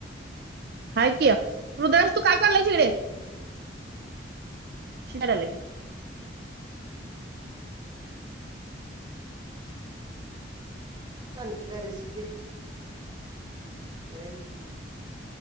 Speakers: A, on the right; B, on the right.
A: हाय कि हृद्रयेश तू काय करलाय हिकडे? शिकाय लागेल.
B: <unintelligible> आणखी काय रेसिपी नवीन?